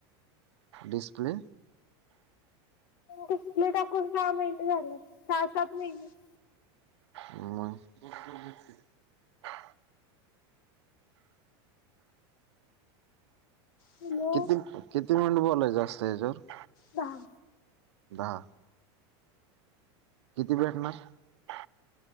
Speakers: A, on the right; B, on the left.
A: डिसप्ले
B: तिकले टाकून सहा महिने झाले सहा, सात महिने. <inaudible>
A: म <inaudible>
B: हॅलो
A: किती किती मिनट बोलायच आसतय हेच्यावर?
B: दहा
A: दहा किती भेटणार? <inaudible>